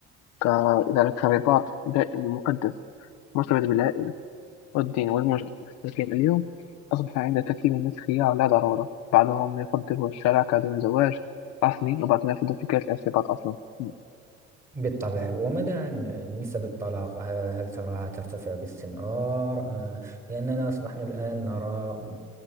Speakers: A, on the left; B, on the right.
A: ك إلى كرباط دائم ومقدس مرتبط بالعائلة والدين والمجتمع لكن اليوم أصبح عند كثير من الناس خيار لا ضرورة بعضهم يفضل الشراكة دون زواج رسمي وبعضهم يفضل فكرة الارتباط أصلا مم.
B: بالطبع وماذا عن نسب الطلاق ه- هل تراها ترتفع باستمرار آه، لأننا أصبحنا الآن نرى